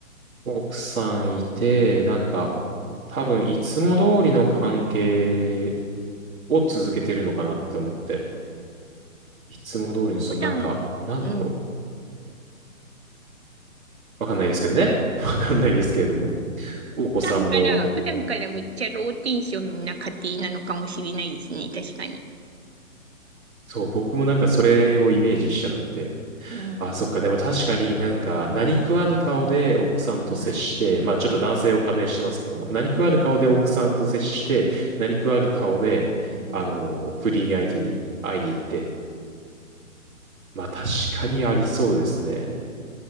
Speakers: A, on the right (about 75°); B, on the right (about 50°).
A: 奥さんいて、なんか、多分いつも通りの関係を続けてるのかなって思って、いつも通りの、そのなんか、
B: 普段、
A: なんだろう、
B: うん、
A: わかんないですけどね。<laughs> わかんないですけれども、お子さんも
B: 普段から、普段からめっちゃローテンションな家庭なのかもしれないですね。確かに。
A: そう、僕もなんかそれをイメージしちゃって。
B: うん。
A: あ、そっか。でも確かになんか何食わぬ顔で奥さんと接して、
B: うん。
A: まあちょっと男性を仮定してますけども、何食わぬ顔で奥さんと接して、
B: はい。うん。
A: 何食わぬ顔で、
B: と
A: あの、不倫相手に会いに行って。まあ確かにありそうですね。